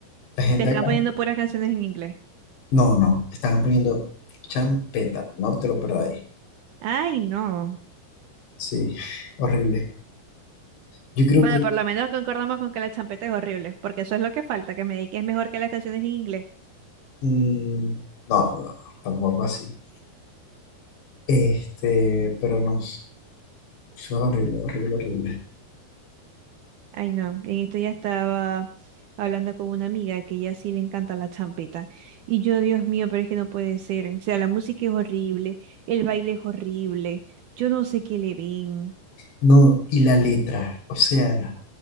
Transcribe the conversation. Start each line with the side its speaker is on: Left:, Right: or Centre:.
Left: la gente
Right: te están
Left: acá,
Right: poniendo puras canciones en inglés.
Left: no, no, estaban poniendo champeta, no te lo perdáis.
Right: Ay, no.
Left: Sí, <laughs> horrible. Yo creo
Right: Bueno,
Left: que,
Right: por lo menos concordamos con que la champeta es horrible, porque eso es lo que falta, que me diga que es mejor que las canciones en inglés.
Left: mm, no, no, tampoco así. Este, pero no, eso es horrible, horrible, horrible.
Right: Ay, no, en esto ya estaba hablando con una amiga que ella sí le encanta la champeta. Y yo, Dios mío, pero es que no puede ser. O sea, la música es horrible, el baile es horrible, yo no sé qué le ven.
Left: No, y la letra, o sea,